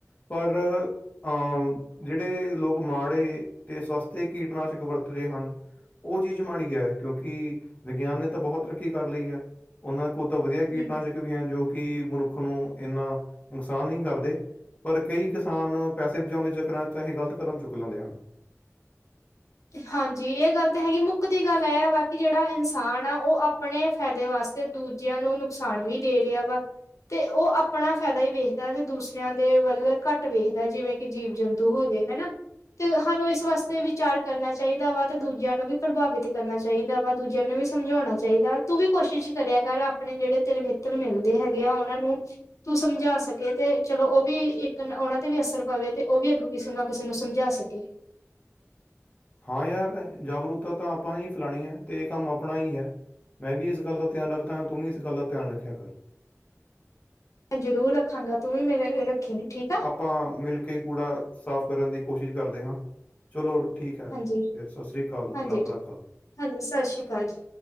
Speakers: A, on the left; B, on the left.
A: ਪਰ ਅੰ ਜੜੇ ਲੋਕ ਮਾੜੇ ਤੇ ਸਸਤੇ ਕੀਟਨਾਸ਼ਕ ਵਰਤਦੇ ਹਨ ਓ ਚੀਜ ਮਾੜੀ ਕ ਐ ਕਿਓਂਕਿ ਵਿਗਿਆਨ ਨੇ ਤਾਂ ਬੋਹੋਤ ਤਰੱਕੀ ਕਰ ਲਈ ਹੈ। ਓਨਾਂ ਕੋ ਤਾਂ ਵਧੀਆ ਕੀਟਨਾਸ਼ਕ
B: ਹੂੰ
A: ਵੀ ਹਨ ਜੋ ਕਿ ਮਨੁੱਖ ਨੂੰ ਏਨਾਂ ਨੁਕਸਾਨ ਨੀ ਕਰਦੇ। ਪਰ ਕਈ ਕਿਸਾਨ ਪੈਸੇ ਬਚਾਉਨ ਦੇ ਚੱਕਰਾਂ 'ਚ ਤਾਂਹੀ ਗਲਤ ਕਦਮ ਚੁੱਕ ਲੈਂਦੇ ਹਨ।
B: ਹਾਂਜੀ, ਏ ਗੱਲ ਤੇ ਹੈਗੀ ਏ ਮੁੱਕਦੀ ਗੱਲ ਐ ਵਾ ਕਿ ਜੇੜਾ ਇਨਸਾਨ ਆ ਓ ਅਪ ਣੇ ਫੈਦੇ ਵਾਸਤੇ ਦੂਜਿਆਂ ਨੂੰ ਨੁਕਸਾਨ ਵੀ ਦੇ ਰਿਆ ਵਾ। ਤੇ ਓ ਆਪਣਾ ਫੈਦਾ ਈ ਵੇਖਦੈ ਤੇ ਦੂਸਰਿਆਂ ਦੇ ਵੱਲ ਘੱਟ ਵੇਖਦੈ ਜਿਵੇਂ ਕਿ ਜੀਵ-ਜੰਤੂ ਹੋ ਗੇ ਹੈਨਾ ਤੇ ਹਾਨੂੰ ਇਸ ਵਾਸਤੇ ਵਿ ਚਾਰ ਕਰਨਾ ਚਾਈਦਾ ਵਾ ਤੇ ਦੂਜਿਆਂ ਨੂੰ ਵੀ ਪ੍ਰਭਾਵਿਤ ਕਰਨਾ ਚਾਈਦਾ ਵਾ। ਦੂਜਿਆਂ ਨੂੰ ਵੀ ਸਮਝੌਣਾ ਚਾਈਦਾ ਤੂੰ ਵੀ ਕੋਸ਼ਿਸ਼ ਕਰਿਆ ਕਰ, ਆਪਣੇ ਜੇੜੇ ਤੇਰੇ ਮਿੱਤਰ ਮਿਲਦੇ ਹੈਗੇ ਆ, ਓਨਾਂ ਨੂੰ ਤੂੰ ਸਮਝਾ ਸਕੇ ਤੇ ਚਲੋ ਓ ਵੀ ਇੱਕ ਓਨਾ ਤੇ ਵੀ ਅਸਰ ਪਵੇ ਤੇ ਓ ਵੀ ਅੱਗੋਂ ਕਿਸੇ ਨਾਲ ਕਿਸੇ ਨੂੰ ਸਮਝਾ ਸਕੇ।
A: ਹਾਂ ਯਾਰ ਐ ਜਾਗਰੂਤਾ ਤਾਂ ਆਪਾਂ ਹੀ ਫੈਲਾਣੀ ਹੈ ਤੇ ਇਹ ਕੰਮ ਆਪਣਾ ਹੀ ਐ। ਮੈਂ ਵੀ ਇਸ ਗੱਲ ਦਾ ਧਿਆਨ ਰੱਖਦਾ ਹਾਂ ਤੂੰ ਵੀ ਇਸ ਗੱਲ ਦਾ ਧਿਆਨ ਰੱਖਿਆ ਕਰ।
B: ਜਰੂਰ ਰੱਖਾਂਗਾ। ਤੂੰ ਵੀ ਮੇਰੇ ਨੇ ਰੱਖੀ ਫੇਰ। ਠੀਕ ਆ?
A: ਪਾਂ ਮਿਲ ਕੇ ਕੂੜਾ ਸਾਫ਼ ਕਰਨ ਦੀ ਕੋਸ਼ਿਸ਼ ਕਰਦੇ ਹਾਂ। ਚਲੋ ਠੀਕ ਐ।
B: ਹਾਂਜੀ
A: ਫਿਰ ਸਸ ਸ੍ਰੀ ਕਾਲ।
B: ਹਾਂਜੀ
A: ਰੱਬ ਰਾਖਾ।
B: ਹਾਂਜੀ, ਸਸ ਸ਼੍ਰੀ ਕਾਲ ਜੀ।